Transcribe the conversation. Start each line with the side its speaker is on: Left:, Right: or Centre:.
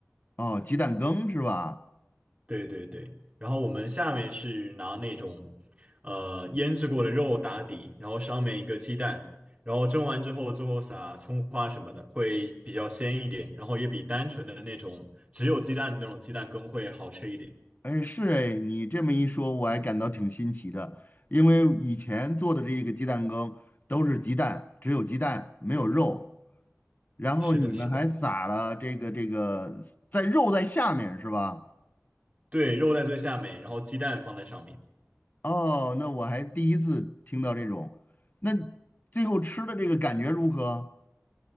Left: 哦，鸡蛋羹是吧？
Right: 对对对，然后我们下面是拿那种呃腌制过的肉打底，然后上面一个鸡蛋，然后蒸完之后，最后撒葱花什么的，会比较鲜一点，然后也比单纯的那种只有鸡蛋的那种鸡蛋羹会好吃一点。
Left: 哎，是哎，你这么一说，我还感到挺新奇的，因为以前做的这个鸡蛋羹都是鸡蛋，只有鸡蛋没有肉，然后你们还撒了这个这个在肉在下面是吧？
Right: 是的，是的。对，肉在最下面，然后鸡蛋放在上面，
Left: 哦，那我还第一次听到这种。那最后吃的这个感觉如何？